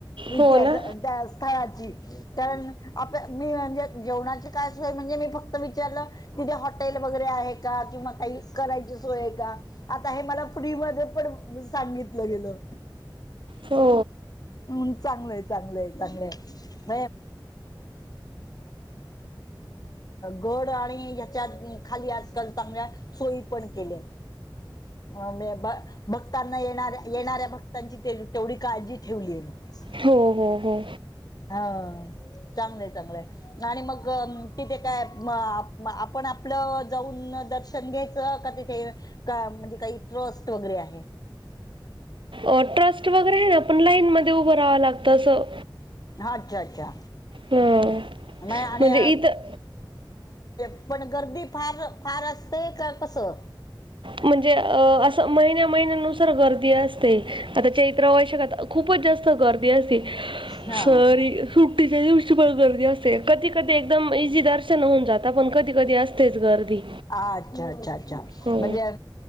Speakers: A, on the left; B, on the right.
A: इतिहास
B: हो ना
A: त्या स्थळाची, कारण आप मी म्हणजे जेवणाची काय सोय म्हणजे मी फक्त विचारलं तिथे हॉटेल वगैरे आहे का किंवा काही करायची सोय का? आता हे मला फ्री मध्ये पण सांगितलं गेलं.
B: हो!
A: हम् चांगलंय चांगलंय चांगलंय. <inaudible> गड आणि ह्याच्या खाली आजकाल चांगल्या सोयी पण केल्यात. भक्तांना येणाऱ्या येणाऱ्या भक्तांची तेवढी काळजी ठेवली आहे.
B: हो हो हो
A: हा चांगलंय, चांगलंय. आणि मग तिथे काय आपण आपलं जाऊन दर्शन घ्यायचं का तिथे का म्हणजे काही ट्रस्ट वगैरे आहे?
B: अ ट्रस्ट वगैरे आहे ना पण लाईन मध्ये उभं राहावं लागतं असं.
A: अच्छा अच्छा!
B: हं
A: म आणि
B: म्हणजे इथं
A: <inaudible> पण गर्दी फार फार असते का कसं?
B: म्हणजे अ असं महिन्या महिन्यानुसार गर्दी असते, आता चैत्र वैशाख आता खूपच जास्त गर्दी असते
A: हा
B: सरी सुट्टीच्या दिवशी पण गर्दी असते. ते कधीकधी एकदम इझी दर्शन होऊन जात पण कधीकधी असतेच गर्दी.
A: अच्छा अच्छा अच्छा
B: हो.
A: म्हणजे